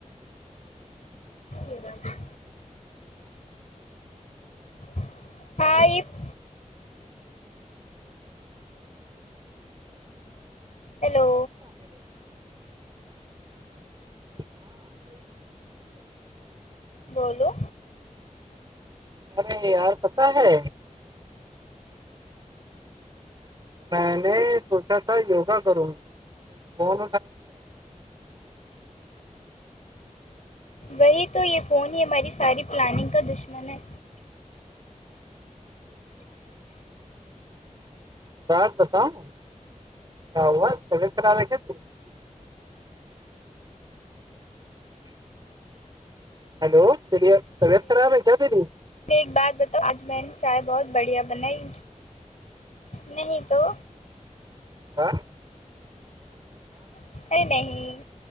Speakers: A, on the left (about 60°); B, on the right (about 30°).
A: جاتا ہے <unintelligible> ہیلو
B: <unintelligible>
A: بولو
B: ارے یار پتہ ہے میں نے سوچا تھا یوگا کروں <unintelligible> فون
A: وہی تو یہ فون ہی ہماری ساری پلاننگ کا دشمن ہے
B: بات بتاؤں کیا ہوا طبیعت خراب ہے ہیلو تیریت طبیعت خراب ہے کیا تیری
A: میں ایک بات بتاوں آج میں نے چائے بہت بڑھیا بنائی نہیں تو
B: <unintelligible>
A: ارے نہیں